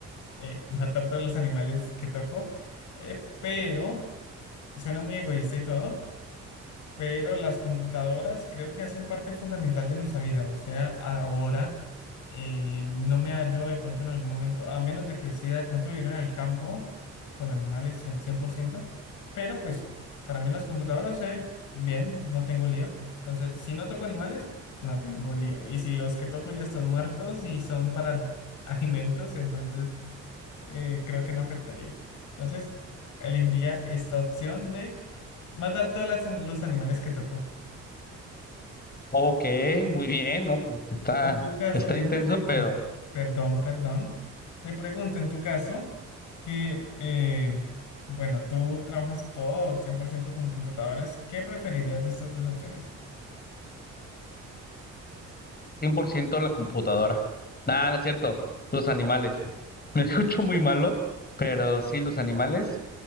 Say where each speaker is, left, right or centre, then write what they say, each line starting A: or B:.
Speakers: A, on the left (about 80°); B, on the left (about 30°).
A: eh, <laughs> matar todos los animales que toco, eh, pero suena muy egoísta y todo. pero las computadoras creo que hacen parte fundamental de nuestra vida. O sea, ahora eh, no me hallo de pronto en algún momento, a menos de que decida de pronto vivir en el campo con animales y al cien por ciento pero pues para mí las computadoras, eh, bien, no tengo lío. Entonces, si no toco animales, no tengo lío. Y si los que toco ya están muertos y son para al- <laughs> alimentos, entonces eh, creo que no afectaría. Entonces, elegiría esta opción de matar todos las- los animales que tocó.
B: Ok, muy bien, ¿no? Pues está,
A: En tu caso,
B: está
A: ven,
B: intenso,
A: te pregunto,
B: pero
A: perdón, perdón, te pregunto en tu caso que, eh, bueno, tú trabajas todo 100% con computadores, ¿qué preferirías de estas dos opciones?
B: cien por ciento la computadora. Nada, no es cierto, los animales. <laughs> Me escucho muy malo, pero sí, los animales.